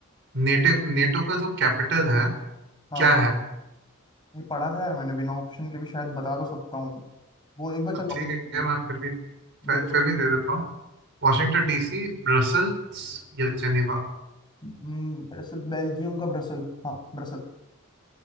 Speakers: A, on the right (about 55°); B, on the left (about 20°).
A: नेटो नेटो का जो कैपिटल है
B: हाँ
A: क्या है
B: ये पढ़ा था यार मैंने बिना ऑप्शन के भी शायद बता तो सकता हूँ वो एक बार
A: हाँ,
B: चलो
A: ठीक
B: option दो।
A: है मैं फिर भी फिर
B: देखो
A: फिर भी दे देता हूँ वॉशिंगटन डीसी ब्रसल्स या जेनेवा
B: हम्म, ब्रसल बेल्जियम का ब्रसल हाँ ब्रसल